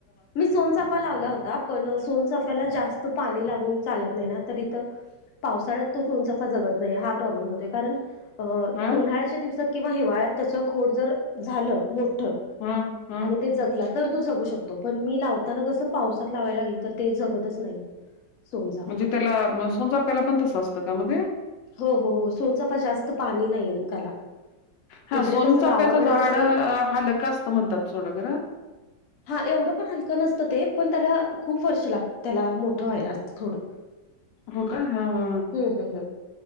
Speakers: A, on the left; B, on the left.
A: मी सोनचाफा लावला होता. पण सोनचाफ्याला जास्त पाणी लागून चालत नाही ना, तर इथं पावसाळ्यात तो सोनचाफा जगत नाही. हा प्रॉब्लेम होतोय, कारण अ
B: हा
A: उन्हाळ्याच्या दिवसात किंवा हिवाळ्यात त्याच खोड जर झालं, मो ठ
B: हा हा
A: आणि ते जगला तर तो जगू शकतो, पण मी लावताना कसं पावसात लावायला लागली, तर ते जगतच नाही. सोनचाफा
B: म्हणजे त्याला म सोनचाफ्याला पण तसं असतं का? म्हणजे
A: हो हो, सोनचाफा जास्त पाणी नाही त्याला
B: हा
A: इकडे
B: सोनचाप्याचं
A: कसं गावाकडे
B: झाड
A: कसं
B: हालक असतं म्हणतात सोडा खर.
A: हा एवढं पण हलकं नसतं ते, पण त्याला खूप वर्ष लागत, त्याला मोठं व्हायला अस थोडं.
B: हो का? हा हा.
A: हू हू हू.